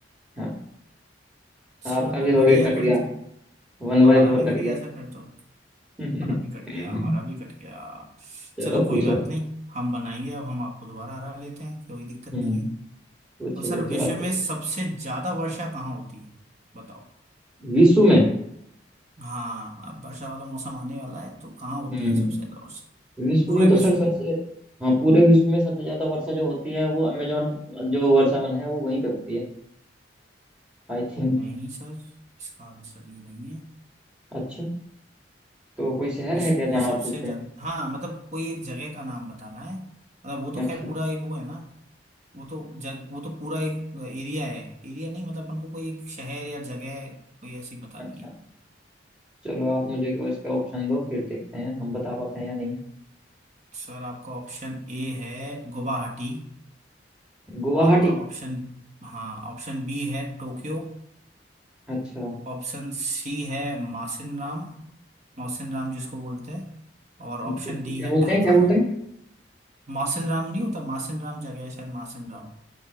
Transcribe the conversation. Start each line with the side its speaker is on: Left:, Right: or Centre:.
Centre: हाँ
Right: चलो
Centre: आपका भी हो
Right: बढ़िया
Centre: गया
Right: है
Centre: कट
Right: फिर
Centre: गया
Right: तो
Centre: वन
Right: हमारा
Centre: बाई फोर
Right: भी कट
Centre: कट गया
Right: गया सर फिर तो हमारा
Centre: <laughs>
Right: भी कट गया हमारा भी कट गया
Centre: चलो
Right: चलो कोई
Centre: पूछो
Right: बात नहीं हम बनाएंगे अब हम आपको दोबारा हरा लेते हैं कोई दिक्कत
Centre: हम्म
Right: नहीं है
Centre: पूछो
Right: तो सर
Centre: पूछो
Right: विश्व
Centre: आप पूछो
Right: में सबसे ज्यादा वर्षा कहाँ होती है बताओ
Centre: विश्व में
Right: हाँ अब वर्षा वाला मौसम आने वाला है तो कहाँ होती
Centre: हम्म
Right: है सबसे
Centre: हम्म।
Right: ज्यादा वर्षा
Centre: विश्व
Right: पूरे
Centre: में तो
Right: विश्व
Centre: सर सबसे
Right: में
Centre: हाँ पूरे विश्व में सबसे ज्यादा वर्षा जो होती है वो अमेजोन जो वर्षावन है वो वहीं पे होती है आई थिंक
Right: नहीं सर इसका आंसर ये नहीं है
Centre: अच्छा तो कोई शहर
Right: विश्व
Centre: है क्या
Right: की
Centre: जहाँ
Right: सबसे
Centre: आप पूछ रहे
Right: ज्यादा हाँ मतलब कोई एक जगह का नाम बताना है मतलब वो तो
Centre: हैं अच्छा
Right: खैर पूरा एक वो है ना वो तो जग वो तो पूरा एक एरिया है एरिया नहीं मतलब अपन को कोई एक शहर या जगह कोई ऐसी बतानी
Centre: अच्छा
Right: है
Centre: चलो आप मुझे इसका ऑप्शन दो फिर देखते हैं हम बता पाते हैं या नहीं
Right: सर आपका ऑप्शन ए है गुवाहाटी
Centre: गुवाहाटी
Right: आपका ऑप्शन हाँ ऑप्शन बी है टोक्यो
Centre: अच्छा
Right: ऑप्शन सी है मासिन राम मौसिन राम जिसको बोलते हैं और ऑप्शन
Centre: क्या
Right: डी
Centre: क्या
Right: है
Centre: बोलते
Right: ढाका
Centre: हैं क्या बोलते हैं
Right: मौसिन राम नहीं होता मासिन राम जगह है शायद मासिन राम